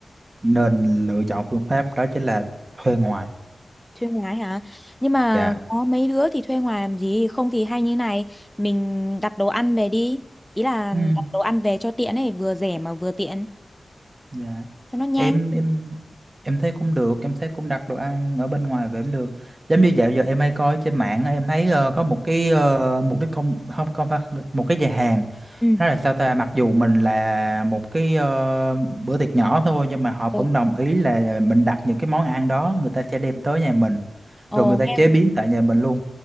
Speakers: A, on the right; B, in the centre.
A: nên lựa chọn phương pháp đó chính là thuê ngoài.
B: thuê ngoài hả nhưng mà
A: Dạ.
B: có mấy đứa thì thuê ngoài làm gì không thì hay như này mình đặt đồ ăn về đi ý là
A: Ừ.
B: đặt đồ ăn về cho tiện ấy vừa rẻ mà vừa tiện
A: Dạ.
B: cho nó nhanh
A: em em em thấy cũng được em thấy cũng đặt đồ ăn ở bên ngoài về cũng được giống như dạo giờ em hay coi trên mạng á, em thấy ờ, có một cái ờ, một cái công không không phải một cái nhà hàng
B: ừ
A: nó là sao ta mặc dù mình là một cái ờ, bữa tiệc nhỏ thôi nhưng mà họ
B: ừ.
A: vẫn đồng ý là mình đặt những cái món ăn đó người ta sẽ đem tới nhà mình
B: ồ
A: rồi người ta
B: nghe
A: chế biến tại nhà mình luôn